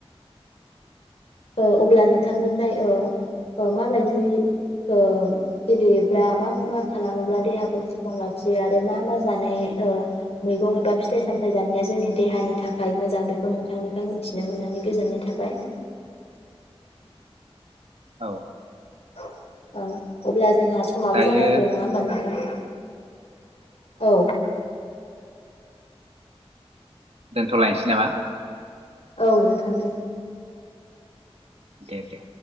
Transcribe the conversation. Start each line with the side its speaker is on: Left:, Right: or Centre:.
Left: ओ अब्ला नोंथांनिफ्राय ओ ओ माबायदि ओ गेलेयोब्ला मा मा खालामोब्ला देहाखौ स्थ्रं लाखियो आरो मा मा जानाय ओ मैगं एबा फिथाइ सामथाइ जानाया जोंनि देहानि थाखाय मोजां बेखौ नोंथांनिफ्राय मिथिनो मोननानै गोजोननाय थाबाय
Right: औ
Left: औ अब्ला ज जोंहा समाबो
Right: दायो
Left: जाना फैबाय नङा होमबा नोंथां औ
Right: दोनथलायनोसै नामा
Left: औ नोंथां दे
Right: दे दे